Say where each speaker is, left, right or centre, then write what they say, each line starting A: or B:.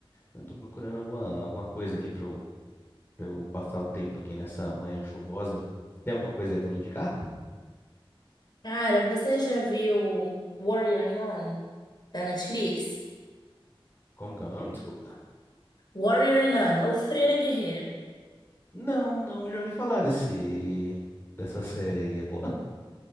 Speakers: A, on the left; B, on the left.
A: Eu tô procurando alguma, alguma coisa aqui pra eu, pra eu passar o tempo aqui nessa manhã chuvosa. Tem alguma coisa aí pra me indicar?
B: Cara, você já viu Warrior Nun, da Netflix?
A: Como que é o nome? Desculpa.
B: Warrior Nun, ou Freira Guerreira.
A: Não, não, eu já ouvi falar desse, dessa série aí. É boa?